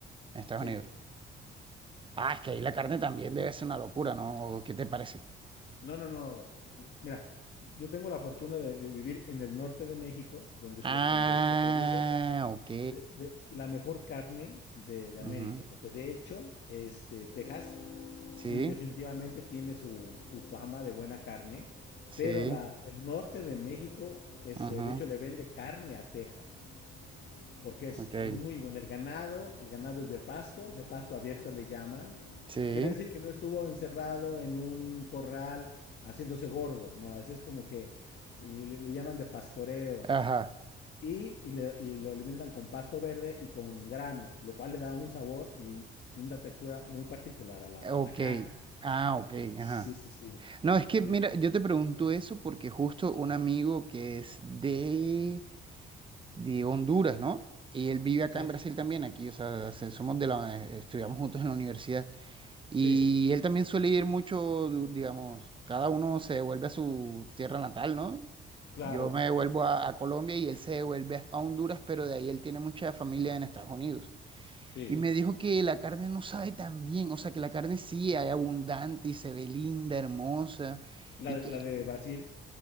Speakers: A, on the right; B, on the left.
A: en Estados
B: Sí.
A: Unidos. Ah, es que ahí la carne también debe ser una locura, ¿no? ¿O qué te parece?
B: No, no, no. Mira, yo tengo la fortuna de, de vivir en el norte de México, donde
A: Ah,
B: se, donde se produce
A: ok.
B: de- de- la mejor carne de, de
A: Ujú.
B: América, porque de hecho, este, Texas
A: Sí,
B: Sí, definitivamente tiene su, su fama de buena carne,
A: sí.
B: pero la, el norte de México, este,
A: Ajá.
B: de hecho, le vende carne a Texas, porque es,
A: Ok.
B: es muy bueno. El ganado, el ganado es de pasto, de pasto abierto le llaman.
A: Sí.
B: Quiere decir que no estuvo encerrado en un corral haciéndose gordo, no, ese es como que le, le llaman de pastoreo.
A: Ajá.
B: Y, y, le- y lo alimentan con pasto verde y con grano, lo cual le da un sabor y, y una textura muy particular a la, a
A: Ok.
B: la carne.
A: Ah, ok.
B: Sí,
A: Ajá.
B: sí, sí.
A: No, es que,
B: Sí,
A: mira, yo te pregunto eso porque justo un amigo que es de... de Honduras, ¿no? Y él vive acá
B: sí,
A: en Brasil también, aquí, o sea, se- somos de la, eh, estudiamos juntos en la universidad. Y
B: sí,
A: él también suele ir mucho, du- digamos, cada uno se devuelve a su tierra natal, ¿no?
B: claro,
A: Yo me devuelvo a, a Colombia y él se devuelve a a Honduras, pero de ahí él tiene mucha familia en Estados Unidos.
B: sí.
A: Y Sí. me dijo que la carne no sabe tan bien, o sea, que la carne sí es abundante y se ve linda, hermosa,
B: ¿La
A: y
B: de,
A: que...
B: la de Brasil?